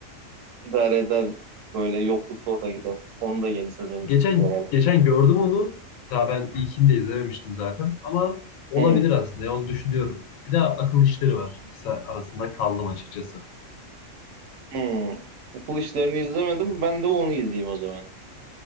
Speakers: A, on the right; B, on the left.
A: e, idare eder. Böyle yoklukta o da gider. Onun da yeni sezonu
B: Geçen
A: çıktı herhalde.
B: geçen gördüm onu. Daha ben ilkini de izlememiştim zaten. Ama olabilir
A: Hmm,
B: aslında. Ya, onu düşünüyorum. Bir de akıl işleri var. İkisi arasında kaldım açıkçası.
A: hmm. Okul işlerini izlemedim. Ben de onu izleyeyim o zaman.